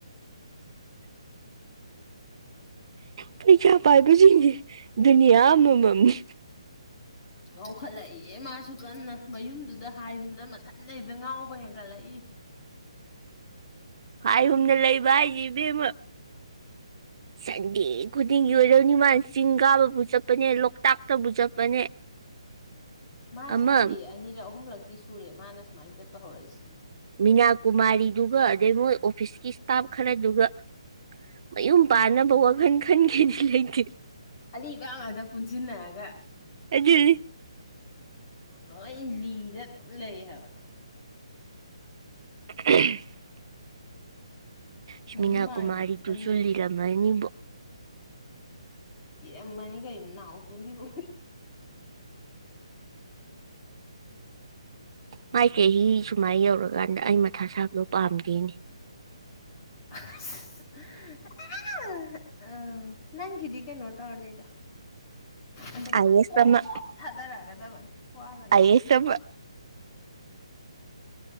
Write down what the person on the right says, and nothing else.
ꯄꯩꯁꯥ ꯄꯥꯏꯕꯁꯤꯡꯁꯦ ꯗꯨꯅꯤꯌꯥ ꯑꯃꯃꯝꯅꯤ
ꯍꯥꯏ ꯍꯨꯝꯅ ꯂꯩꯕ ꯍꯥꯏꯁꯦ ꯏꯕꯦꯝꯃ ꯁꯟꯗꯦ ꯈꯨꯗꯤꯡꯒꯤ ꯑꯣꯏꯔꯅꯤꯃꯥꯟ ꯆꯤꯡ ꯀꯥꯕꯕꯨ ꯆꯠꯄꯅꯦ ꯂꯣꯛꯇꯥꯛꯇꯕꯨ ꯆꯠꯄꯅꯦ
ꯑꯃ
ꯃꯤꯅꯥꯀꯨꯃꯥꯔꯤꯗꯨꯒ ꯑꯗꯩ ꯃꯣꯏ ꯑꯣꯐꯤꯁꯀꯤ ꯁ꯭ꯇꯥꯐ ꯈꯔꯗꯨꯒ ꯃꯌꯨꯝ ꯄꯥꯟꯅꯕ ꯋꯥꯈꯜ ꯈꯟꯒꯦꯗꯤ ꯂꯩꯇꯦ
ꯑꯗꯨꯅꯤ
<unintelligible> ꯁꯨꯃꯤꯅꯥꯀꯨꯃꯔꯤꯗꯨꯁꯨ
ꯂꯤꯔꯝ ꯃꯅꯤꯕꯣ
ꯃꯥꯏ ꯆꯍꯤ ꯁꯨꯃꯥꯏ ꯌꯧꯔꯀꯥꯟꯗ ꯑꯩ ꯃꯊꯥ ꯁꯥꯕꯗꯣ ꯄꯥꯝꯗꯦꯅꯦ
ꯑꯥꯏ ꯑꯦꯁ
ꯑꯃ
ꯑꯥꯏ ꯑꯦꯁ ꯑꯃ